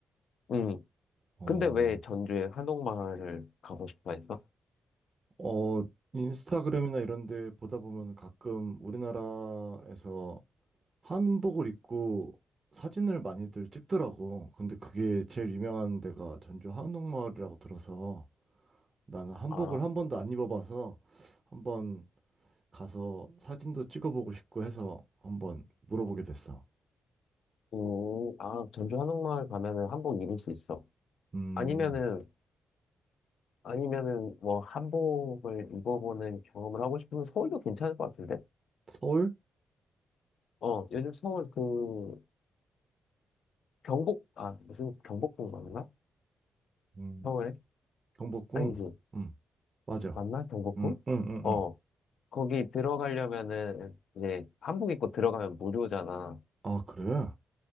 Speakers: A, on the left; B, on the right.
A: 음.
B: 어,
A: 근데 왜 전주에 한옥마을을 가고 싶어 했어?
B: 어, 인스타그램이나 이런 데 보다 보면 가끔 우리나라에서 한복을 입고 사진을 많이들 찍더라고. 근데 그게 제일 유명한 데가 전주 한옥마을이라고 들어서 나는 한복을
A: 아.
B: 한 번도 안 입어봐서 한번 가서 사진도 찍어보고 싶고 해서 한번 물어보게 됐어.
A: 음, 아, 전주 한옥마을 가면은 한복 입을 수 있어.
B: 음,
A: 아니면은, 아니면은 뭐 한복을 입어보는 경험을 하고 싶으면 서울도 괜찮을 것 같은데?
B: 서울?
A: 어, 요즘 서울 그 경복, 아, 무슨 경복궁 맞나?
B: 음,
A: 서울에?
B: 경복궁?
A: 아니지.
B: 음, 맞아.
A: 맞나? 경복궁?
B: 음, 음, 음,
A: 어,
B: 음.
A: 거기 들어가려면은 이제 한복 입고 들어가면 무료잖아.
B: 아, 그래?